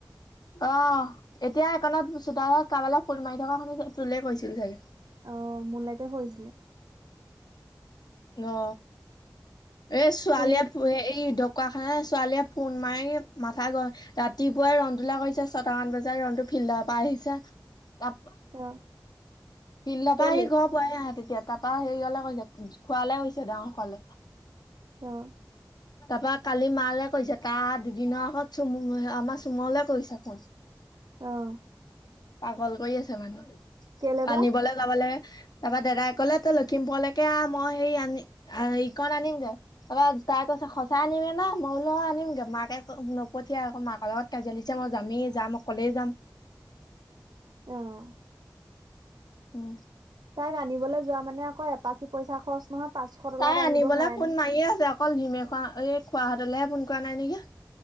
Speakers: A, on the left; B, on the right.
A: অ' এতিয়া এককণত চোতালত কবালে ফুল মাৰি থকা শুি তোুল কৈছিল চাগে।
B: অ মোলৈকে কৰিছিলে।
A: অ এ ছোৱালীয়ে
B: খুৰীহঁত
A: এই কুকা খানা ছোৱালীয়ে ফোন মাৰি মাথা গৰম ৰাতিপুৱাই ৰন্ধোলা কৰিছে ছয়টামান বজাত ৰন্ধটো পিল প আহিছা ত
B: অ
A: প্ৰ পৰা
B: কেলে?
A: আহি ঘৰ পোৱাই আহে তেতিয়া তাৰপা হেৰি হলে কৈছে খোৱালে কৈছে ডাঙৰসকলে
B: অ
A: তাৰপা কালি মালে কৰিছে তাৰ দুদিনৰ আগত চুম আমাৰ চুমলে কৰিছো কুোন
B: অ'
A: পাগল কৰি আছে মানুহ
B: কেলে বা?
A: আনিবলৈ যাব লাগে তাৰপৰা দাদাই কলে তই লখিমপুৰলৈকে আহ মই হে আনি ইকণ আনিমগৈ তাৰপা তাক ত সঁচাই আনিমে না মই লও আনিমগে মাকে নপঠিয়াই আকৌ মাকৰ লগত কাজিয়া ল দিছে মই যামেই যাম আমই কলে যাম
B: আহ
A: উম
B: তাইক আনিবলৈ যোৱা মানে আকৌ এপাচি পইচা খৰচ নহয় পাঁচশ তলত
A: তাই
B: আহিব
A: আনিবলৈ
B: নোৱাৰে
A: ফোন
B: নহয়।
A: মাৰি আছে অকল ধিমে খোৱা এই খোৱাহঁতলেহে ফোন কৰা নাই নেকি